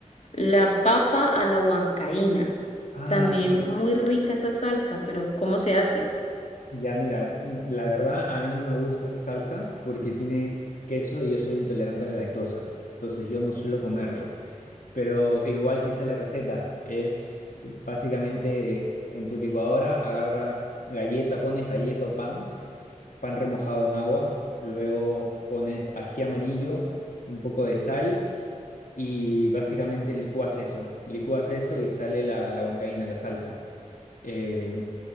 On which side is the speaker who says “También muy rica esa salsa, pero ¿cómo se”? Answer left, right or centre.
Left